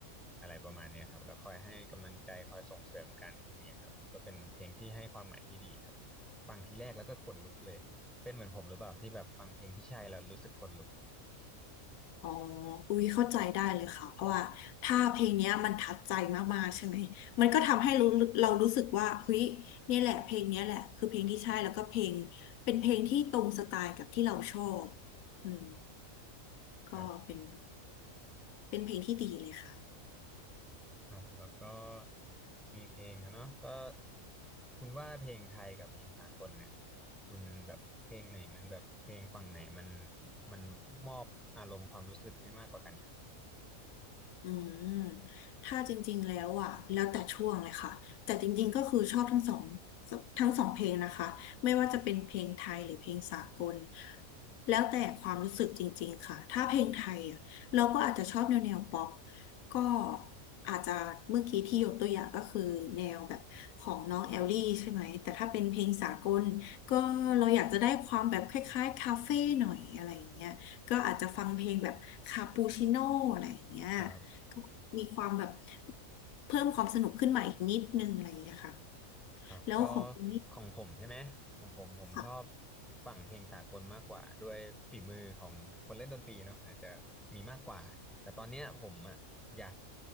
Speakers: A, in the centre; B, on the left.
A: อะไรประมาณเนี้ยครับแล้วคอยให้กำลังใจคอยส่งเสริมกันอย่างเงี้ยครับก็เป็นเพลงที่ให้ความหมายที่ดีครับฟังทีแรกแล้วก็ขนลุกเลยเป็นเหมือนผมหรือเปล่าที่แบบฟังเพลงที่ใช่แล้วรู้สึกขนลุก
B: อ๋ออุ้ยเข้าใจได้เลยค่ะ เพราะว่าถ้าเพลงเนี้ยมันทัดใจมากๆใช่ไหม มันก็ทำให้รู้เรารู้สึกว่าเฮ้ยเนี่ยแหละเพลงเนี้ยแหละคือเพลงที่ใช่แล้วก็เพลงเป็นเพลงที่ตรงสไตล์กับที่เราชอบอืมก็เป็น
A: ครับ
B: เป็นเพลงที่ดีเลยค่ะ
A: ครับแล้วก็มีเพลงอะเนาะก็คุณว่าเพลงไทยกับเพลงสากลเนี่ยคุณแบบเพลงไหนมันแบบเพลงฝั่งไหนมันมันมอบอารมณ์ความรู้สึกให้มากกว่ากันครับ
B: อืมถ้าจริงๆแล้วอ่ะแล้วแต่ช่วงเลยค่ะ แต่จริงๆก็คือชอบทั้งสองทั้งสองเพลงนะคะไม่ว่าจะเป็นเพลงไทยหรือเพลงสากลแล้วแต่ความรู้สึกจริงๆค่ะถ้าเพลงไทยอ่ะเราก็อาจจะชอบแนวแนวป๊อปก็อาจจะเมื่อกี้ที่ยกตัวอย่างก็คือแนวแบบของน้องแอลลี่ใช่ไหม แต่ถ้าเป็นเพลงสากลก็เราอยากจะได้ความแบบคล้ายๆคาเฟ่หน่อยอะไรอย่างเงี้ยก็อาจจะฟังเพลงแบบคาปูชิโน่อะไรอย่างเงี้ย
A: ครับ
B: มีความแบบเพิ่มความสนุกขึ้นมาอีกนิดนึงอะไรอย่างเงี้ยค่ะ
A: ครับก็
B: แล้วของคุณนี่
A: ของผมใช่ไหมของผมผมชอบ
B: ค่ะ
A: ฝั่งเพลงสากลมากกว่าด้วยฝีมือของคนเล่นดนตรีเนาะอาจจะมีมากกว่าแต่ตอนเนี้ยผมอะอยาก